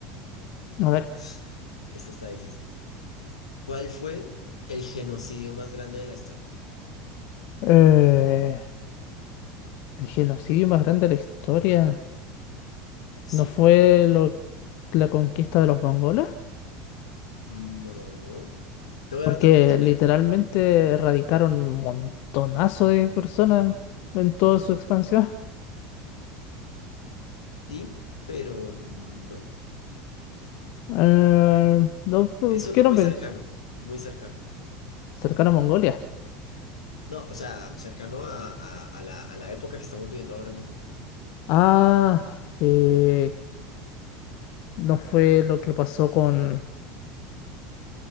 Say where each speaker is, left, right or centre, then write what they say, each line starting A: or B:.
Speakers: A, on the left (about 50°); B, on the left (about 75°).
A: A ver.
B: <laughs> Esta está difícil. ¿Cuál fue el genocidio más grande de la historia?
A: eh, el genocidio más grande de la historia.
B: Sí,
A: ¿No fue lo- la conquista de los mongoles?
B: no. Te voy
A: Porque
B: a dar otra oportunidad.
A: literalmente erradicaron un montonazo de personas en toda su expansión.
B: Sí, pero no.
A: Eh, no, ¿por
B: Es uno
A: ¿qué nombre?
B: muy cercano, muy cercano.
A: Cercano a Mongolia.
B: No, o sea, cercano a, a- a la, a la época que estamos viviendo ahora mismo.
A: Ah, eh, no fue lo que pasó con,